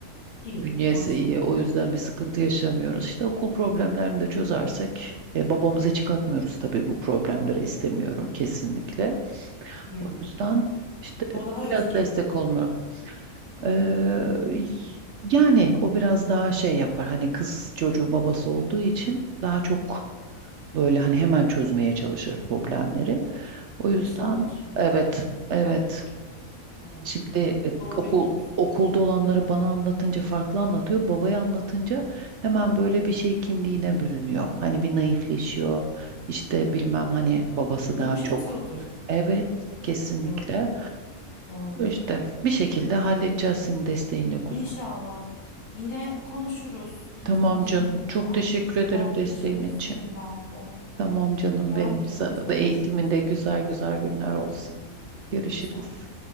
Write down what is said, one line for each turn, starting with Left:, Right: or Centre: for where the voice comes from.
Left: İyi
Right: Bünyesi
Left: maşallah.
Right: iyi o yüzden bir sıkıntı yaşamıyoruz. İşte okul problemlerini de çözersek e, babamızı hiç katmıyoruz tabii bu problemlere istemiyorum kesinlikle.
Left: Hmm.
Right: O yüzden işte
Left: O daha
Right: biraz
Left: öfkeleniyor.
Right: destek olmuyor. Ee, yani o biraz daha şey yapar. Hani kız çocuğu babası olduğu için daha çok böyle hani hemen çözmeye çalışır problemleri. O
Left: Duygusallaşır
Right: yüzden
Left: belki
Right: evet,
Left: de ya
Right: evet.
Left: da öfkelenir. Evet.
Right: Şimdi e,
Left: Doğru
Right: okul
Left: yapıyorsun.
Right: okulda olanları bana anlatınca farklı anlatıyor. Babaya anlatınca hemen böyle bir şey kimliğine bürünüyor. Hani bir naifleşiyor. İşte bilmem hani babası
Left: Yumuşatıyordur.
Right: daha çok. Evet, kesinlikle.
Left: Doğru. Doğru.
Right: İşte bir şekilde halledeceğiz senin desteğinle kuzum.
Left: İnşallah. Yine konuşuruz. İhtiyacın
Right: Tamam canım.
Left: olursa
Right: Çok teşekkür ederim
Left: dertleşmek
Right: desteğin için.
Left: isterim ben de.
Right: Tamam canım
Left: Rica
Right: benim.
Left: ederim.
Right: Sana
Left: Hadi görüşürüz.
Right: da eğitiminde güzel güzel günler olsun. Görüşürüz.
Left: Çok sağ ol.